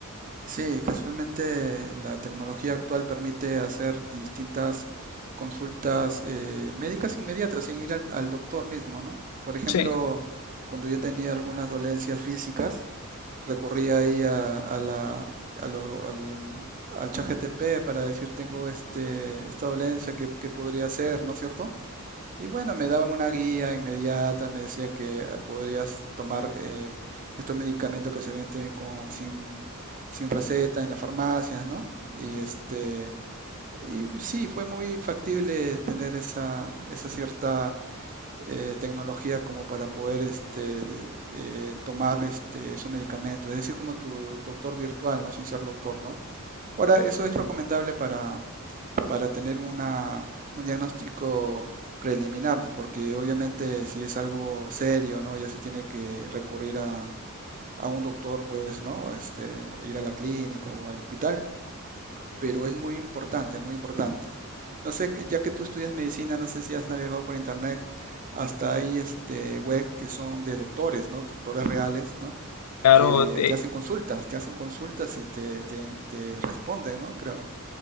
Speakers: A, on the right; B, on the left.
A: Sí, casualmente la tecnología actual permite hacer distintas consultas eh, médicas inmediatas sin ir al, al doctor mismo, ¿no? Por ejemplo,
B: Sí,
A: cuando yo tenía algunas dolencias físicas, recurría ahí a, a la, a lo- al, al ChatGPT para decir tengo este, esta dolencia, ¿qué, qué podría ser, ¿no es cierto? Y bueno, me daba una guía inmediata, me decía que ah, podrías tomar eh, estos medicamentos que se venden con, sin, sin receta en las farmacias, ¿no? Y este, y sí, fue muy factible tener esa, esa cierta eh, tecnología como para poder este, de- eh, tomar este, esos medicamentos, es decir, como tu doctor virtual, ¿no? Sin ser doctor, ¿no? Ahora, eso es recomendable para, para tener una, un diagnóstico preliminar, porque obviamente si es algo serio, ¿no? Ya se tiene que recurrir a, a un doctor, pues, ¿no? Este, ir a la clínica o al hospital, pero es muy importante, muy importante. No sé, ya que tú estudias medicina, no sé si has navegado por internet, hasta hay este web que son de doctores, ¿no? Doctores reales, ¿no?
B: claro.
A: Que
B: te-
A: te hacen consultas, te hacen consultas y te, te, te responden, ¿no? Creo.